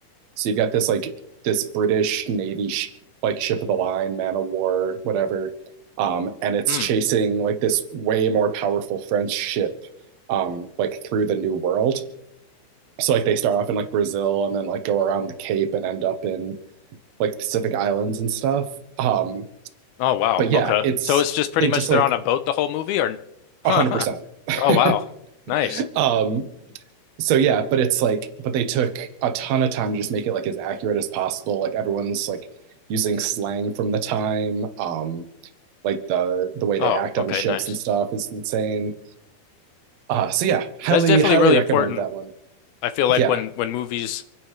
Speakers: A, on the right; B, on the left.
A: So you've got this like this British Navy sh like ship of the line, man of war, whatever. Um, and it's
B: Hmm.
A: chasing like this way more powerful French ship um, like through the New World. So like they start off in like Brazil and then like go around the Cape and end up in like Pacific Islands and stuff. Um,
B: Oh wow.
A: but yeah,
B: Okay.
A: it's
B: So it's just pretty
A: they
B: much
A: just like
B: they're on a boat the whole movie or <laughs>
A: one
B: Oh
A: hundred percent.
B: wow.
A: <laughs>
B: Nice.
A: Um, so yeah, but it's like, but they took a ton of time to just make it like as accurate as possible. Like everyone's like using slang from the time. Um, like the the way
B: Oh,
A: they act
B: okay,
A: on the ships
B: nice.
A: and stuff is insane. Uh, so yeah, highly
B: That's definitely
A: highly
B: really
A: recommend
B: important.
A: that one.
B: I feel like
A: Yeah,
B: when when movies